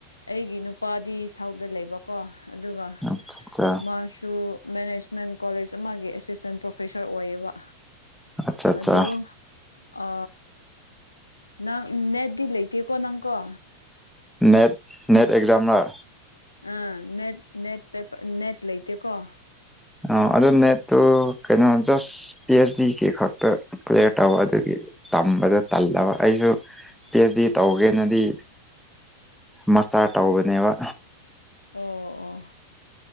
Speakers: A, on the left; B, in the centre.
A: ꯑꯩꯒꯤ ꯅꯨꯄꯥꯗꯤ ꯁꯥꯎꯠꯇ ꯂꯩꯕꯀꯣ ꯑꯗꯨꯒ
B: ꯑꯆꯥ
A: ꯃꯥꯁꯨ ꯃꯦꯅꯦꯖꯃꯦꯟ ꯀꯣꯂꯦꯖ ꯑꯃꯒꯤ ꯑꯦꯁꯤꯁꯇꯦꯟ ꯄ꯭ꯔꯣꯐꯦꯁꯔ ꯑꯣꯏꯌꯦꯕ
B: ꯑꯆꯥ ꯑꯆꯥ
A: ꯑꯗ ꯑ ꯅꯪ ꯅꯦꯠꯗꯤ ꯂꯩꯇꯦꯀꯣ ꯅꯪꯀꯣ
B: ꯅꯦꯠ ꯅꯦꯠ ꯑꯦꯛꯖ꯭ꯔꯝꯔ
A: ꯑꯥ ꯅꯦꯠ ꯅꯦꯠ ꯄꯦꯄ ꯅꯦꯠ ꯂꯩꯇ ꯀꯣ
B: ꯑ ꯑꯗꯨ ꯅꯦꯠꯇꯨ ꯀꯩꯅꯣ ꯖꯁ ꯄꯤ ꯑꯩꯆ ꯗꯤꯒꯤ ꯈꯛꯇꯄ꯭ꯂꯌꯔ ꯇꯧꯕ ꯑꯗꯨꯒꯤ ꯇꯝꯕꯗ ꯇꯜꯂꯕ ꯑꯩꯁꯨ ꯄꯤ ꯑꯩꯆ ꯗꯤ ꯇꯧꯒꯦꯅꯗꯤ ꯃꯁꯥꯠꯧꯕꯅꯦꯕ
A: ꯑꯣ ꯑꯣ